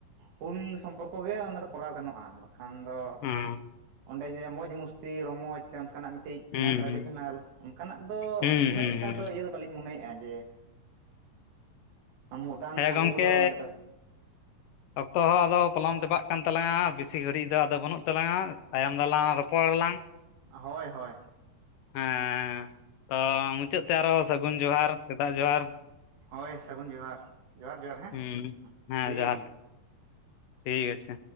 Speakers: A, on the right (about 70°); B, on the left (about 80°).
A: ᱦᱩᱞ ᱥᱚᱢᱯᱚᱨᱠᱚ ᱜᱮ ᱚᱱᱟ ᱫᱚ ᱠᱚᱨᱟᱣ ᱜᱟᱱᱚᱜᱼᱟ ᱵᱟ ᱠᱷᱟᱱ ᱫᱚ
B: ᱦᱮᱸ
A: ᱚᱸᱰᱮ ᱡᱮ ᱢᱚᱡᱽ ᱢᱚᱥᱛᱤ ᱨᱚᱢᱚᱡᱽ ᱥᱮ ᱚᱱᱠᱟᱱᱟᱜ ᱢᱤᱫ ᱴᱤᱡ
B: ᱦᱩᱸ
A: ᱚᱱᱟ ᱴᱨᱟᱰᱤᱥᱚᱱᱟᱞ
B: ᱦᱩᱸ
A: ᱚᱱᱠᱟᱱᱟᱜ ᱫᱚ
B: ᱦᱩᱸ
A: ᱩᱱᱟᱹᱜ
B: ᱦᱩᱸ
A: ᱮᱠᱴᱟ
B: ᱦᱩᱸ
A: ᱫᱚ ᱤᱭᱟᱹ ᱫᱚ ᱵᱟᱹᱞᱤᱧ ᱢᱚᱱᱮᱭᱼᱟ ᱡᱮ ᱢᱚᱰᱟᱨᱱ
B: ᱦᱮᱸ
A: ᱟᱹᱜᱩ
B: ᱜᱚᱢᱠᱮ
A: ᱠᱚᱫᱚ ᱚᱸᱰᱮ ᱫᱚ
B: ᱚᱠᱛᱚ ᱦᱚᱸ ᱟᱫᱚ ᱯᱚᱞᱚᱢ ᱪᱟᱵᱟᱜ ᱠᱟᱱ ᱛᱟᱞᱟᱝ-ᱟ ᱵᱮᱥᱤ ᱜᱷᱟᱹᱲᱤᱡ ᱫᱚ ᱟᱫᱚ ᱵᱟᱹᱱᱩᱜ ᱛᱟᱞᱟᱝ-ᱟ ᱛᱟᱭᱚᱢ ᱫᱟᱞᱟᱝ ᱨᱚᱯᱚᱲᱟᱞᱟᱝ
A: ᱦᱚᱭ ᱦᱚᱭ
B: ᱦᱮᱸ ᱛᱚ ᱢᱩᱪᱟᱹᱫ ᱛᱮ ᱟᱨᱚ ᱥᱟᱹᱜᱩᱱ ᱡᱚᱦᱟᱨ ᱥᱮᱛᱟᱜ ᱡᱚᱦᱟᱨ
A: ᱦᱚᱭ ᱥᱟᱹᱜᱩᱱ ᱡᱚᱦᱟᱨ, ᱡᱚᱦᱟᱨ ᱡᱚᱦᱟᱨ ᱦᱮᱸ
B: ᱦᱩᱸ ᱦᱮᱸ
A: ᱴᱷᱤᱠ
B: ᱡᱚᱦᱟᱨ
A: ᱜᱮᱭᱟ
B: ᱴᱷᱤᱠ ᱟᱪᱷᱮ